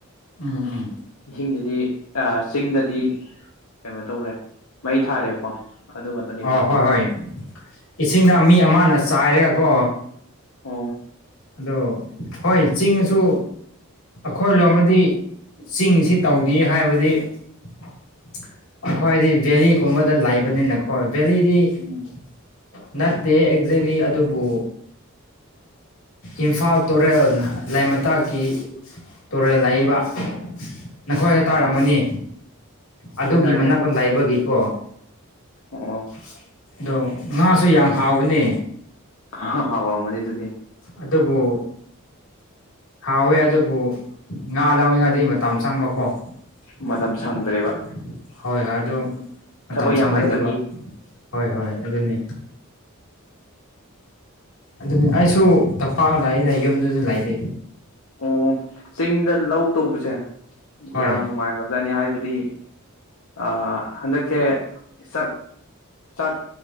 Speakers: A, on the left; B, on the left.
A: ꯎꯝ
B: <unintelligible>
A: ꯎꯝ
B: ꯏꯁꯤꯡꯁꯤꯗꯤ ꯑꯥ ꯆꯤꯡꯗꯗꯤ ꯀꯩꯅꯣ ꯇꯧꯔꯦ ꯃꯩ ꯊꯥꯔꯦꯕꯀꯣ꯫ ꯑꯗꯨ ꯈꯛꯇꯅꯦꯕ
A: ꯑ ꯍꯣꯏ ꯍꯣꯏ ꯏꯁꯤꯡꯗ ꯃꯤ ꯑꯃꯅ ꯆꯥꯏꯔꯒ ꯀꯣ꯫
B: ꯑꯣ꯫
A: ꯑꯗꯣ ꯍꯣꯏ ꯆꯤꯡꯉꯁꯨ ꯑꯈꯣꯏ ꯂꯣꯝꯃꯗꯤ ꯆꯤꯡꯉꯤꯁꯤ ꯇꯧꯗꯦ ꯍꯥꯏꯕꯗꯤ <unintelligible> ꯑꯩꯈꯣꯏꯗꯤ ꯚꯦꯂꯤꯒꯨꯝꯕꯗ ꯂꯩꯕꯅꯤꯅꯀꯣ ꯚꯦꯂꯤꯗꯤ
B: ꯎꯝ
A: <unintelligible> ꯅꯠꯇꯦ ꯑꯦꯛꯖꯦꯛꯂꯤ ꯑꯗꯨꯕꯨ ꯏꯝꯐꯥꯜ ꯇꯨꯔꯦꯜ ꯂꯥꯏ ꯃꯇꯥꯛꯀꯤ ꯇꯨꯔꯦꯜ ꯂꯩꯕ <unintelligible> ꯅꯈꯣꯏꯅ ꯇꯥꯔꯝꯒꯅꯤ
B: ꯑꯥ
A: ꯑꯗꯨꯒꯤ
B: ꯍꯣꯏ ꯇꯥꯏ
A: ꯃꯅꯥꯛꯇ
B: ꯇꯥꯏ
A: ꯂꯩꯕꯒꯤꯀꯣ
B: ꯑꯣ
A: <unintelligible> ꯑꯗꯣ ꯉꯥꯁꯨ ꯌꯥꯝ ꯍꯥꯎꯕꯅꯦ꯫
B: ꯍꯥ ꯍꯥꯎꯔꯝꯒꯅꯤ ꯗꯨꯗꯤ꯫
A: ꯑꯗꯨꯕꯨ ꯍꯥꯎꯋꯦ ꯑꯗꯨꯕꯨ ꯉꯥ ꯂꯥꯎꯅꯤꯡꯉꯗꯤ ꯃꯇꯝ ꯆꯪꯕꯀꯣ꯫ <unintelligible>
B: ꯃꯇꯝ ꯁꯪꯗ꯭ꯔꯦꯕ
A: ꯍꯣꯏ ꯑꯗꯨ ꯃꯇꯝ
B: ꯊꯕꯛ ꯌꯥꯝꯃꯟꯕꯒꯤ
A: ꯁꯪꯗꯦ ꯑꯗꯨꯒ ꯍꯣꯏ-ꯍꯣꯏ ꯑꯗꯨꯅꯤ꯫ ꯑꯗꯨꯅꯤ ꯑꯩꯁꯨ ꯇꯝꯄꯥꯛꯗ ꯂꯩꯑꯦꯗ ꯌꯨꯝꯗꯨꯁꯨ ꯂꯩꯇꯦ꯫
B: ꯑꯣ ꯆꯤꯡꯗ ꯂꯧ ꯇꯧꯕꯁꯦ
A: ꯍꯣꯏ
B: ꯌꯥꯝ ꯅꯨꯡꯉꯥꯏꯈ꯭ꯔꯕꯖꯥꯠꯅꯤ ꯍꯥꯏꯕꯗꯤ ꯑꯥ ꯍꯟꯗꯛꯁꯦ ꯆꯥꯛ ꯆꯥꯛ